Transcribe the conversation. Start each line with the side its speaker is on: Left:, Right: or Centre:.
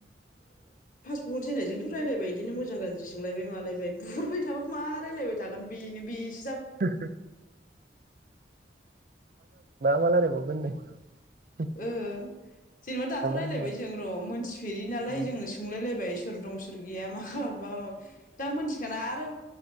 Left: बुहजेननायजोंथ रायलायबाय बिदिनो मोजां गाज्रि सोंलायबाय मालायबाय बुहुरबाय थाबा मा रायलायबाय थागोन बेनो बिस
Right: जाबा <unintelligible> मा रायलाय <unintelligible> <unintelligible>
Left: ओ जेनेबा दाथ' रायलायबाय
Right: गाहामा
Left: जों र' मोनथिफेरि नालाय
Right: औ
Left: जोङो सोंलायलायबाय। सोर दं सोर गैया मा खालामनो मा <unintelligible> दा मोनथिखाना आरो